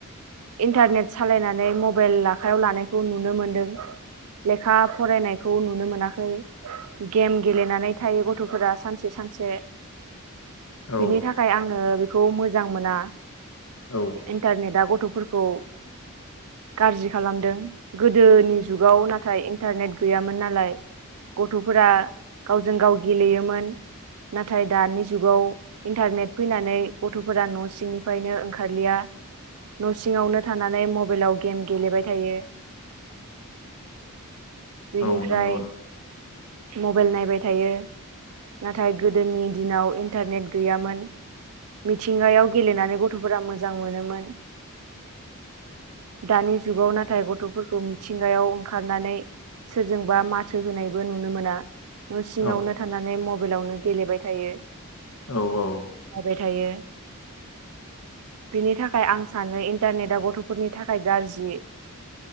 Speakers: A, on the right (about 75°); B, on the left (about 75°).
A: इन्टारनेट सालायनानै मबाइल आखायाव लानायखौ नुनो मोनदों लेखा फरायनायखौ नुनो मोनाखै। गेम गेलेनानै थायो गथ'फोरा सानसे सानसे।
B: औ
A: बिनि थाखाय आङो बे खौ मोजां मोना।
B: औ
A: इन्टारनेट आ गथ'फोरखौ गाज्रि खालामदों गोदोनि जुगाव नाथाय इन्टारनेट गैयामोन नालाय। गथ'फोरा गावजों गाव गेलेयोमोन नाथाय दानि जुगाव इन्टारनेट फैनानै गथ'फोरा न' सिंनिफ्रायनो ओंखारलिया न' सिङावनो थानानै मबाइलाव गेम गेलेबाय थायो। बेनिफ्राय
B: औ नंगौ
A: मबाइल नायबाय थायो नाथाय गोदोनि दिनाव इन्टारनेट गैयामोन मिथिंगायाव गेलेनानै गथ'फोरा मोजां मोनोमोन दानि जुगाव नाथाय गथ'फोरखौ मिथिंगायाव ओंखारनानै सोरजोंबा माथो होनायबो नुनो मोना न' सिङावनो
B: औ
A: थानानै मबाइलावनो गेलेबाय थायो।
B: औ औ
A: थायो बिनि थाखाय आं सानो इन्टारनेटआ गथ'फोरनि थाखाय गाज्रि